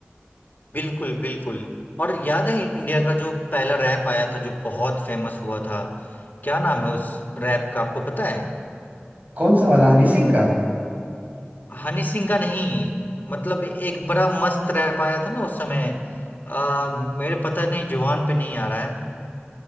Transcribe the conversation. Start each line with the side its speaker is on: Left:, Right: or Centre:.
Left: बिल्कुल बिल्कुल और याद है इंडिया का जो पहला रैप आया था जो बहुत फेमस हुआ था क्या नाम है उस रैप का आपको पता है
Right: कौन सा वाला हनी सिंह का
Left: हनी सिंह का नहीं मतलब एक बड़ा मस्त रैप आया था ना उस समय आ, मेरे पता नहीं जुबान पे नहीं आ रहा है